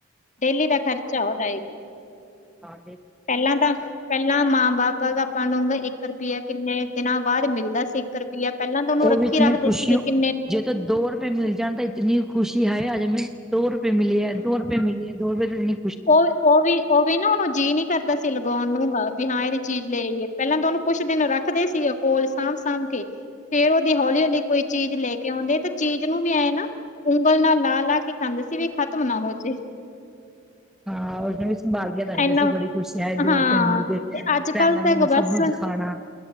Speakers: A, on the left (about 40°); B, in the centre.
A: ਡੇਲੀ ਦਾ ਖਰਚਾ ਉਹਦਾ ਹੈ।
B: ਹਾਂ।
A: ਪਹਿਲਾਂ ਤਾਂ ਪਹਿਲਾਂ ਮਾਂ ਬਾਪ ਆਪਾਂ ਨੂੰ ਇੱਕ ਰੁਪਇਆ ਕਿੰਨੇ ਦਿਨਾਂ ਬਾਅਦ ਮਿਲਦਾ ਸੀ। ਏਕ ਰੁਪਆ ਪਹਿਲਾਂ ਤਾਂ ਉਹਨੂੰ
B: ਉਹ
A: ਰੱਖੀ
B: ਵੀ ਇਤਨੀ
A: ਰੱਖਦੇ
B: ਖੁਸ਼ੀ
A: ਸੀਗੇ
B: ਹੋ
A: ਕਿੰਨੇ
B: ਜੇ ਤੇ ਦੋ ਰੁਪਏ ਮਿਲ ਜਾਨ ਤੇ ਇਤਨੀ ਖੁਸ਼ੀ ਹਾਏ ਆਜ ਹਮੇਂ ਦੋ ਰੁਪਏ ਮਿਲੇ ਹੈ, ਦੋ ਰੁਪਏ ਮਿਲੇ ਹੈ। ਦੋ ਰੁਪਏ ਦੀ ਇੰਨੀ
A: ਓ, ਓ ਵੀ, ਓ ਵੀ ਨਾ, ਓਨੂੰ ਜੀਅ ਨੀ ਕਰਦਾ ਸੀ ਲਗਾਉਣ ਨੂੰ ਵੀ ਹਾਂ ਏਦੀ ਚੀਜ਼ ਲੈ ਲਈਏ। ਪਹਿਲਾਂ ਤਾਂ ਓਨੂੰ ਕੁਛ ਦਿਨ ਰੱਖਦੇ ਸੀਗੇ ਕੋਲ ਸਾਂਭ ਸਾਂਭ ਕੇ। ਫੇਰ ਓਦੀ ਹੌਲੀ-ਹੌਲੀ ਕੋਈ ਚੀਜ਼ ਲੈ ਕੇ ਆਉਂਦੇ ਤਾਂ ਚੀਜ਼ ਨੂੰ ਵੀ ਐਂ ਨਾ ਉਂਗਲ ਨਾਲ ਲਾ ਲਾ ਕੇ <unintelligible> ਸੀ ਵੀ ਖਤਮ ਨਾ ਹੋ ਜੇ।
B: ਹਾਂ ਉਸਨੂੰ ਵੀ ਸੰਭਾਲ ਕੇ ਰੱਖਦੇ
A: ਇੰਨਾ
B: ਸੀ। ਬੜੀ ਖੁਸ਼ੀ ਹਾਏ ਦੋ
A: ਹਾਂ
B: ਰੁਪਏ ਮਿਲ ਗੇ,
A: ਤੇ ਅੱਜ
B: ਫਰੈਂਡ
A: ਕੱਲ ਤਾਂ
B: ਨੂੰ,
A: ਗ-
B: ਸਭ
A: ਬਸ
B: ਨੂੰ ਖਾਨਾ,